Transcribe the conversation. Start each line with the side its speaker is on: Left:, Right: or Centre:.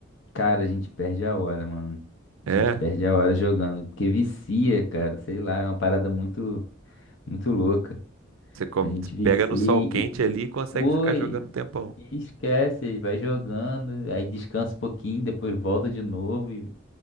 Left: Cara, a gente perde a hora, mano. A
Right: É.
Left: gente perde a hora jogando, porque vicia, cara, sei lá, é uma parada muito, muito louca.
Right: Você come-
Left: A gente vicia
Right: pega no sol
Left: e,
Right: quente
Left: e-
Right: ali e consegue
Left: pô,
Right: ficar
Left: e-
Right: jogando um tempão.
Left: e esquece, e vai jogando, aí descansa um pouquinho, depois volta de novo e,